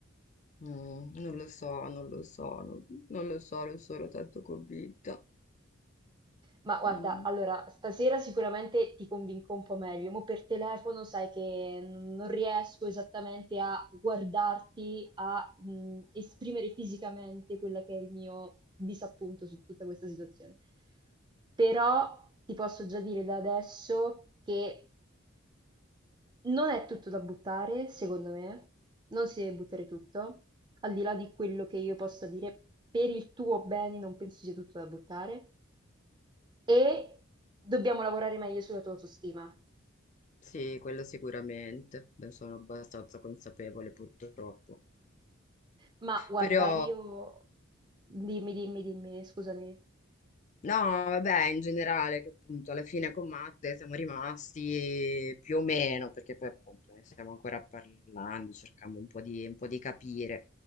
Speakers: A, on the left; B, on the right.
A: Mm, non lo so, non lo so, non, non lo so, non sono tanto convinta.
B: Ma guarda,
A: Mm,
B: allora, stasera sicuramente ti convinco un po' meglio. Mo' per telefono sai che non riesco esattamente a guardarti, a mh, esprimere fisicamente quello che è il mio disappunto su tutta questa situazione. Però ti posso già dire da adesso che non è tutto da buttare, secondo me, non si deve buttare tutto, al di là di quello che io possa dire, per il tuo bene non penso sia tutto da buttare e dobbiamo lavorare meglio sulla tua autostima.
A: Sì, quello sicuramente, ne sono abbastanza consapevole purtroppo.
B: Ma guarda,
A: Però
B: io... Dimmi, dimmi, dimmi, scusami.
A: No, vabbè, in generale, che appunto alla fine con Matte siamo rimasti più o meno, perché poi appunto ne stiamo ancora parlando, cercando un po' di, un po' di capire,